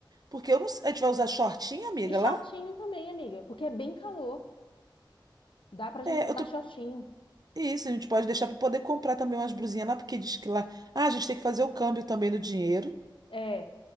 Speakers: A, on the right (about 50°); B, on the left (about 75°).
A: porque eu não, sei- a gente vai usar shortinho amiga,
B: E shortinho
A: lá?
B: também, amiga, porque é bem calor. Dá pra gente
A: É,
B: usar
A: eu tô
B: shortinho.
A: Isso, a gente pode deixar para poder comprar também umas blusinhas lá, porque diz que lá. Ah, a gente tem que fazer o câmbio também do dinheiro.
B: É,